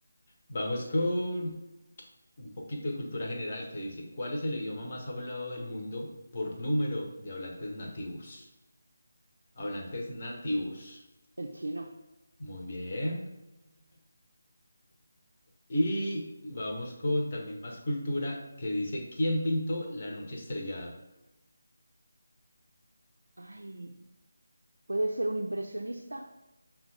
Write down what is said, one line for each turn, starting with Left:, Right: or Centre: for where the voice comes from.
Left: Vamos con un poquito de cultura general que dice, ¿cuál es el idioma más hablado del mundo por número de hablantes nativos? Hablantes nativos.
Right: El chino.
Left: Muy bien. Y vamos con también más cultura que dice, ¿quién pintó la noche estrellada?
Right: Ay, ¿puede ser un impresionista?